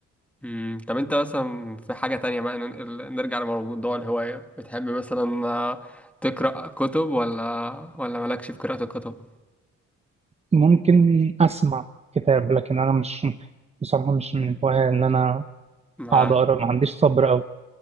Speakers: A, in the centre; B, on the right (about 20°).
A: امم طب انت مثلا في حاجة تانية بقى نن- ال- نرجع لموضوع الهواية بتحب مثلا آه، تقرأ كتب ولا ولا مالكش في قراءة الكتب
B: ممكن أسمع كتاب لكن أنا مش بصراحة مش من الهواية إن أنا
A: ما
B: أقعد أقرأ ما عنديش صبر أوي